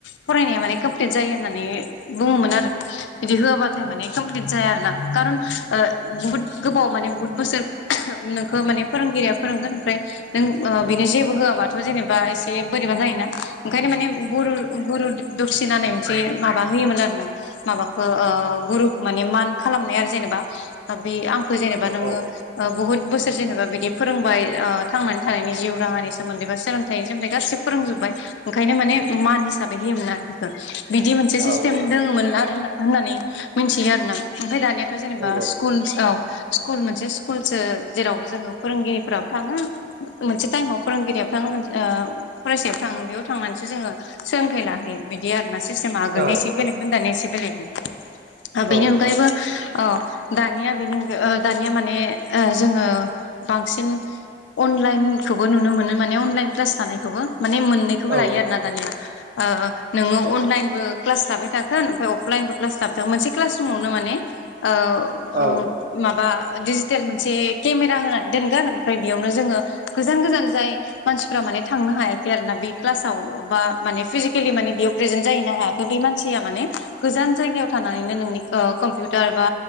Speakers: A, on the left; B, on the right.
A: फरायनाया माने कमप्लिट जायो होननानै बुङोमोन आरो। बिदि होआबाथाय माने कमप्लिट जाया आरो ना खारन ओ बुहुत गोबाव माने बुहुत बोसोर नोंखौ माने फोरोंगिरिया फोरोंगोन ओमफ्राय नों ओ बेनो जेबो होआबाथ' जेनेबा एसे बोरैबा जायोना ओंखायनो माने गुरु गुरु दक्सिना होननाय मोनसे माबा होयोमोन आरो ना। माबाखो ओ गुरुखो माने मान खालामनाय आरो जेनेबा बे आं जेनेबा नोङो
B: औ
A: ओ बहुत बोसोर जेनेबा बिदि फोरोंबाय ओ थांनानै थानायनि जिउ राहानि सोमोन्दै बा सोलोंथाइनि सोमोन्दै गासिबो फोरोंजोबबाय। ओंखायनो माने मान हिसाबै होयोमोन आरो बेखौ। बिदि मोनसे सिस्टेम
B: औ औ
A: दोङोमोन आरो होननानै मिथियो आरो ना। ओमफ्राय दानिया थ' जेनेबा
B: नंगौ
A: स्कुलस औ स्कुल मोनसे स्कुलसो जेराव जोङो फोरोंगिरिफोराबो थाङो। मोनसे टाइमाव फोरोंगिरिया थाङो मोन ओ फरायसायाबो थाङो बेयाव थांनानैसो जोङो सोलोंथाइ लाहोयो। बिदि आर ना सिस्टेमा आगोलनो
B: औ
A: एसे बेलेगमोन दानिया एसे बेलेगमोन। बेनि
B: औ
A: अनगायैबो औ दानिया बेनि अनगा ओ दानिया माने ओ जोङो बांसिन अनलाइनखौबो नुनो मोनो माने अनलाइन क्लास लानायखौबो माने मोननै बेखौबो
B: औ
A: लायो आरोना दानिया ओ नोङो अनलाइनबो क्लास लाबाय थागोन ओमफ्राय अफलाइनबो क्लास जाबाय थागोन मोनसे क्लास रुमावनो माने ओ
B: औ
A: ओ माबा डिजि टेल मोनसे केमेरा होनानै दोनगोन ओमफाय बेयावनो जोङो गोजान गोजान जाय मानसिफोरा माने थांनो हायाखै आरोना बे क्लासाव बा माने फिजिकेलि माने बेयाव प्रेजेन्ट जाहैनो हाया बे मानसिया माने गोजान जायगायाव थानानैनो नोंनिओ कम्पिउटार बा